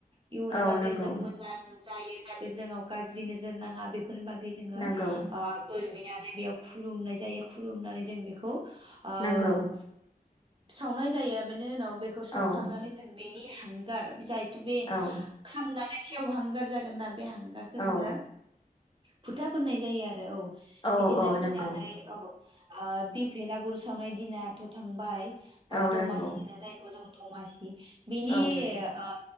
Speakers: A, on the right (about 35°); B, on the left (about 30°).
A: इयुनाव
B: औ
A: जाहाथे
B: नंगौ
A: जों मोजां जायो जाहाथे जोंनाव गाज्रि नोजोर नाङा बिब बेफोरनि बागै जोङो
B: नंगौ
A: ओ बोर बि नानै बेयाव खुलुमनाय जायो खुलुमनानै जों बेखौ ओ औ
B: नंगौ
A: सावनाय जायो बेनि उनाव बेखौ सावखांनानै
B: औ
A: जों बिन बे हांगार जायथु बे
B: औ
A: खामनानै सेव हांगार जागोन नाब बे हांगारखो
B: औ
A: जोङो भुथा फोननाय जायो आरो औ
B: औ
A: बिदिनो
B: औ
A: फैनानै
B: नंगौ
A: औ ओ बि भेलागुर सावनाय दिनाथ थांबाय ओ
B: औ
A: दमासि
B: नंगौ
A: होनो जायखौ जों थमासि बिनि
B: औ नंगौ
A: ओ